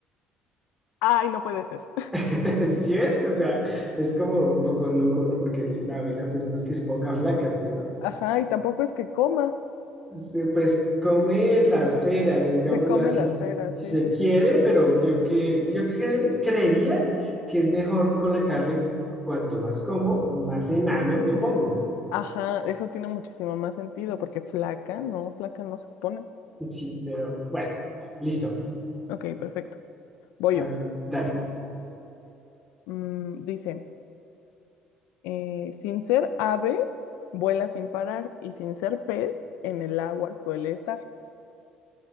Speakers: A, on the left; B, in the centre.
A: Ay, no puede ser.
B: <laughs> ¿Sí ves? O sea, es como un poco loco, ¿no? Porque la, la vela, pues no es que se ponga flaca, se va-
A: Ajá, y tampoco es que coma,
B: se, pues come la cera, digámoslo
A: se come
B: así,
A: las
B: si
A: feras, sí,
B: se
A: sí,
B: quiere,
A: sí.
B: pero yo, que, yo cre- creería que es mejor colocarle cuanto más como, más enano me pongo.
A: Ajá, eso tiene muchísimo más sentido porque flaca, no, flaca no se pone.
B: Sí, pero bueno, listo.
A: Ok, perfecto. Voy
B: A
A: yo.
B: ver, dale. <laughs>
A: Mm, dice, eh, sin ser ave, vuela sin parar y sin ser pez, en el agua suele estar.